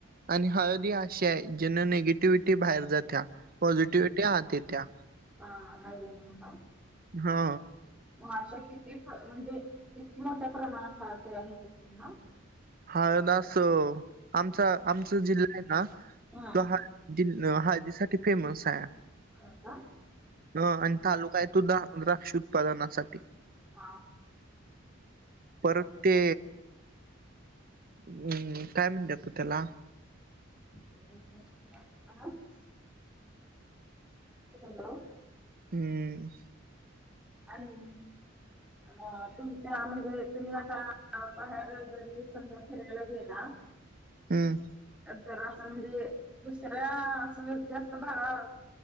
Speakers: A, on the right; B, in the centre.
A: आणि हळदी अशा आहे ज्यांना निगेटिव ि्ही बाहेर जात्या पॉझिटिव्हटीहात त्या्या
B: ह अर म ना
A: हा
B: मग अशा किती म्हणजे किती मोठ्या प्रमाणात हवा तयार होत असेल ना
A: हळदास आमचा आमचा जिल्हा आहे ना
B: हा
A: त ह ज हळदीसाठीठी फेमस आहे
B: हो का
A: ह आणि तालुका आहे तो द द्राक्ष उत्पादनासाठी
B: हा
A: परत ते हम्म काय म्हणत तू त्याला
B: हो ह ह हॅलो
A: हम्म
B: आणि अ तुमच्या म्हणजे तुम्ही आता बाहेर वगैरी समधा फिरायला गेला.
A: हम्म.
B: तर असं म्हणजे दुसऱ्या असं व जास्त बघा